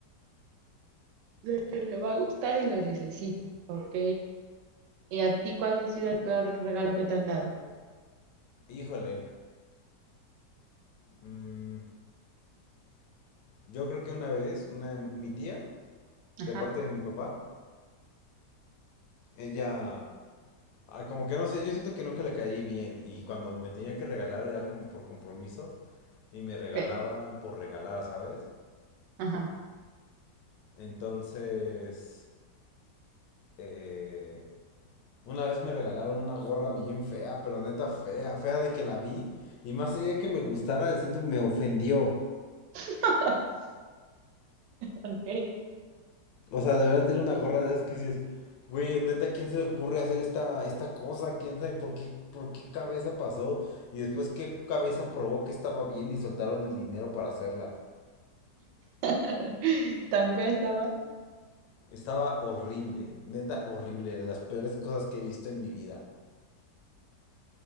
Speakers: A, on the right; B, on the left.
A: De que le va a gustar y lo necesita, ¿ok? ¿Y a ti cuál ha sido el peor regalo que te han dado?
B: Híjole, mm, yo creo que una vez, una, mi tía.
A: Ajá,
B: de parte de mi papá, ella, ah, como que no sé, yo siento que nunca le caí bien y cuando me tenía que regalar era como por compromiso y me regalaban
A: ok,
B: por regalar, ¿sabes?
A: ajá,
B: Entonces, eh, una vez me regalaron una gorra bien fea, pero neta fea, fea de que la vi y más allá de que me gustara, siento me ofendió.
A: <laughs> ok.
B: O sea, de verdad tiene una gorra de esas que dices, güey, neta, ¿quién se le ocurre hacer esta, esta cosa? ¿Quién sabe por qué, por qué cabeza pasó? Y después, ¿qué cabeza probó que estaba bien y soltaron el dinero para hacerla?
A: <laughs> Tan fea estaba.
B: Estaba horrible, neta horrible, de las peores cosas que he visto en mi vida.